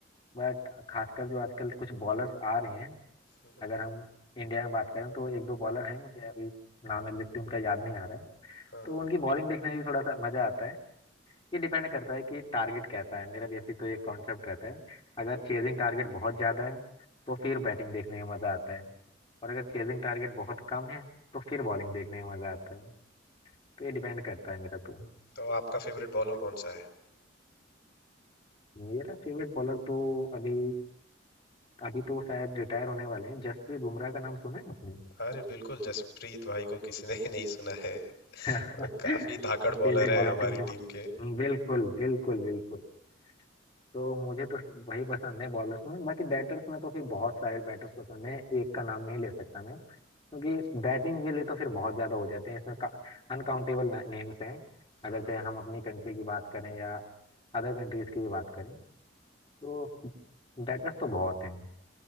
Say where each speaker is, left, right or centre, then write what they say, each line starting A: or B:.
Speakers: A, on the left; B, on the left.
A: बट खासकर जो आजकल कुछ बॉलर्स आ रहे हैं
B: हम्म,
A: अगर हम इंडिया में बात करें तो एक दो बॉलर हैं मुझे अभी नाम एग्जैक्टली उनका याद नहीं आ रहा है
B: हाँ
A: तो उनकी बॉलिंग देखने में भी थोड़ा सा मजा आता है ये डिपेंड करता है कि टारगेट कैसा है मेरा बेसिक तो ये कॉन्सेप्ट रहता है अगर चेजिंग टारगेट बहुत ज़्यादा है तो फिर बैटिंग देखने में मज़ा आता है और अगर चेजिंग टारगेट बहुत कम है तो फिर बॉलिंग देखने में मज़ा आता है तो ये डिपेंड करता है मेरा तो
B: तो आपका फेवरेट बॉलर कौन सा है
A: मेरा फेवरेट बॉलर तो अभी अभी तो शायद रिटायर होने वाले हैं जसप्रीत बुमराह का नाम सुना है आपने
B: अरे बिल्कुल जसप्रीत भाई को किसी ने <laughs> नहीं सुना है
A: <laughs>
B: और काफी धाकड़
A: फेवरेट
B: बॉलर है
A: बॉलर
B: हमारी
A: तो मेरे पास-
B: टीम के
A: हम्म, बिल्कुल बिल्कुल बिल्कुल तो मुझे तो वही पसंद है बॉलर्स में बाकी बैटर्स में तो फिर बहुत सारे बैटर्स पसंद है एक का नाम नहीं ले सकता मैं क्योंकि बैटिंग के लिए तो फिर बहुत ज्यादा हो जाते हैं इसमें अनकाउंटेबल नेम्स हैं अगर
B: हम्म,
A: चाहे हम अपनी कंट्री की बात करें या अदर कंट्रीज की भी बात करें तो बैटर्स तो बहुत हैं